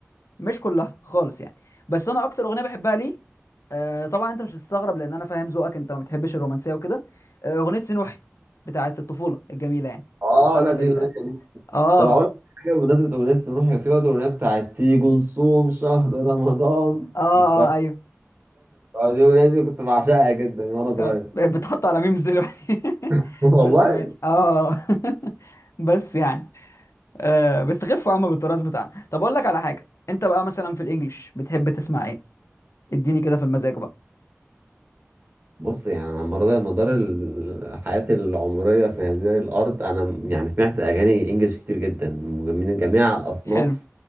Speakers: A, on the left (about 70°); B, on the right (about 45°).
A: مش كلها خالص يعني بس انا اكتر اغنية بحبها ليه أه طبعا انت مش هتستغرب لان انا فاهم ذوقك انت ما بتحبش الرومانسية وكده آه، اغنية سنوحي بتاعت الطفولة الجميلة يعني
B: اه
A: بتفكرني
B: لا دي
A: بال
B: أغنية
A: اه اه
B: طب اقول لك حاجه بمناسبه اغنيه سنوح كان في برضه اغنيه بتاعت تيجي نصوم شهر رمضان
A: اه
B: السلطنه
A: ايوه
B: دي الاغنيه دي كنت بعشقها جدا وانا صغير
A: كان بتحط على ميمز دلوقتي
B: <laughs>
A: <laughs>
B: والله
A: بس ماشي اه <laughs> بس يعني آه بيستخفوا يا عم بالتراث بتاعنا طب اقول لك على حاجه انت بقى مثلا في الانجليش بتحب تسمع ايه اديني كده في المزاج بقى
B: بص يعني على مدار مدار ال- حياتي العمريه في هذه الارض انا م- يعني سمعت اغاني انجلش كتير جدا من جميع الاصناف
A: حلو